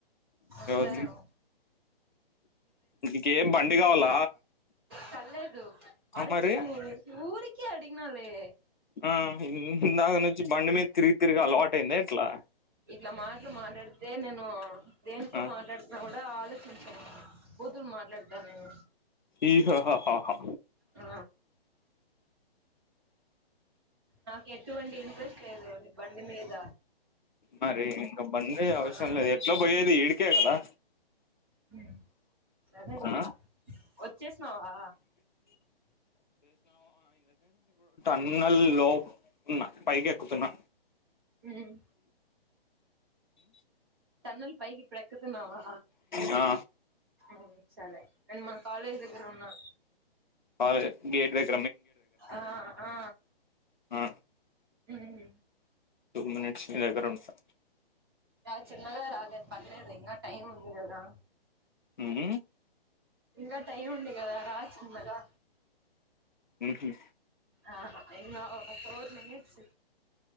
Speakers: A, on the right (about 25°); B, on the left (about 50°).
A: వస్తారేమో
B: ఎవరిని నీకేం బండి కావల్ల
A: పల్లేదు అరుచక్
B: మరి
A: ఊరికే అడిగినాలే
B: ఆ ఇందాక నుంచి బండి మీద తిరిగి తిరిగి అలవాటు అయింద ఎట్లా
A: ఇట్లా మాట్లు మాట్లాడితే నేను దేంట్లో
B: ఆ
A: మాట్లాడుత కూడా ఆలోచించను బూతులు మాట్లాడతా నేను
B: ఈ ఆ హహ హా
A: ఆ నాకు ఎటువంటి ఇంట్రెస్ట్ లేదు నీ బండి మీద
B: మరి ఇంక బండి
A: ఆ
B: అవసరం లేదు ఎట్లా పొయ్యేది ఈడికే కదా
A: మ్మ్ సరేలే
B: ఆ
A: వచ్చేసినావా
B: ఉన్న లో తున్న పైకి ఎక్కుతున్నా
A: మ్మ్ తన్నల్ పైకి ఇప్పుడు ఎక్కుతున్నావా
B: ఆ
A: మ్మ్ సరే నేను మా కాలేజ్ దగ్గర ఉన్నా
B: ఆదే గేట్ దగ్
A: ఆ ఆ
B: ఆ
A: మ్మ్
B: టూ మినిట్స్ నీ దగ్గర ఉంటా
A: రా చిన్నగా రాలే పర్లేదు ఇంగ టైం ఉంది కదా
B: మ్మ్ హు
A: ఇంగా టైమ్ ఉంది కదా రా చిన్నగా
B: మ్మ్ హు
A: ఆ ఇంగ ఒక ఫోర్ మినిట్స్